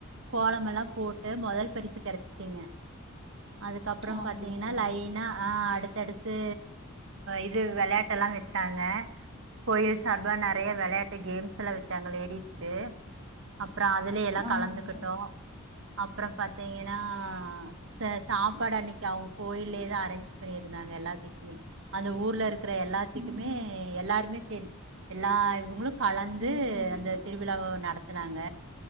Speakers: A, on the right; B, on the right.
A: கோலமெல்லா போட்டு மொதல் பரிசு கெடச்சிசிங்க அதுக்கப்புறோ
B: அப்டிங்களா
A: பாத்தீங்கனா லைனா
B: அது
A: ஆ அடுத் தடுத்து இது வெளாட்டெல்லா வெச்சாங்க கோயில் சார்பா நெறைய வெளையாட்டு கேம்ஸ் எல்லா வச்சாங்க லேடிஸ் க்கு அப்றோ பிள்ளேய எல்லா
B: ஆ
A: கலந்துகிட்டோ
B: சரி
A: அப்றோ பாத்தீங்க னா சே சாப்பாடு அன்னிக்கு அவேங்க கோயிலயே தா அரேஞ்ச் பண்ணிருந்தாங்க எல்லாத்திக்மே அந்த ஊர்ல இருக் க்கற எல்லாத்திக்குமே
B: ம்
A: எல்லாருமே சேந் எல்லா இவுங்களு கலந்து
B: ம்
A: அந்த திருவிழாவ நடத்துனாங்க